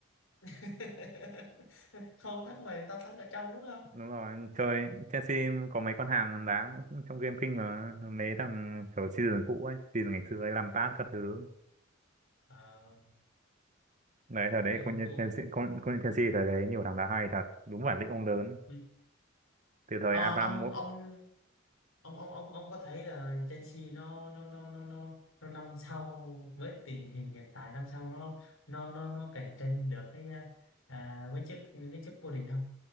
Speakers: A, on the left; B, on the right.
A: <laughs> Không thắng ngoài thì tao thắng ở trong đúng không?
B: đúng rồi chơi Chelsea có mấy con hàng đá trong game kinh mà mấy thằng kiểu season cũ ấy season ngày xưa ấy Lampard các thứ
A: Ờ,
B: đấy thời đấy
A: tôi,
B: công nhận
A: tôi,
B: Chelsea công, công nhận Chelsea thời đấy nhiều thằng đá hay thật đúng bản lĩnh ông lớn
A: ừ.
B: từ thời
A: Ờ,
B: Abraham
A: ông ông ông ông ông ông có thấy là Chelsea nó nó nó nó nó nó năm sau với tình hình hiện tại năm sau nó nó nó nó cạnh tranh được cái à, à, với chức cái chức vô địch không